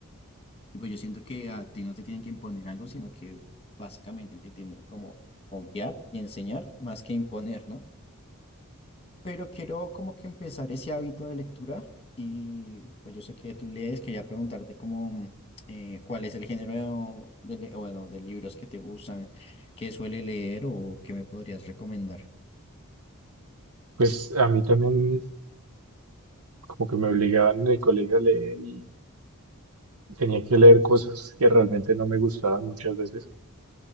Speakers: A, on the left (about 25°); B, on the right (about 85°).
A: Y pues yo siento que a ti no te tienen que imponer algo, sino que básicamente te tienen como guiar y enseñar más que imponer, ¿no? pero quiero como que empezar ese hábito de lectura y pues yo sé que tú lees, quería preguntarte como eh, cuál es el género de, le- bueno, de libros que te gustan, que suele leer o que me podrías recomendar.
B: Pues a mí también como que me obligaban en el colegio a leer y tenía que leer cosas que realmente no me gustaban muchas veces,